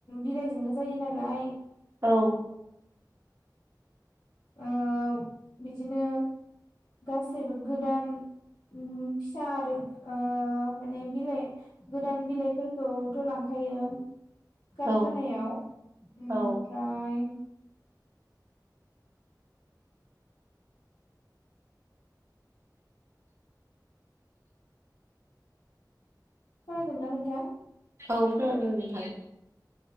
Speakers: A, on the left; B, on the right.
A: बिलाइजोंनो जायो नालाय
B: औ
A: उह बिदिनो गासैबो गोदान उम फिसा आरो उह माने बिलाइ गोदान बिलाइफोरखौथ लांखायो कारखानायाव
B: औ
A: ओमफ्राय
B: औ
A: खनाादोंं ना नोंथां?
B: औ खोनादों नोंथां